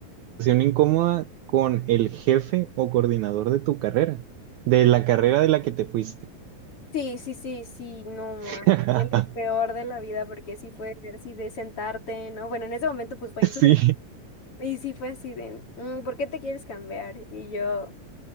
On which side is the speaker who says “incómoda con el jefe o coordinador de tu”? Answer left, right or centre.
Right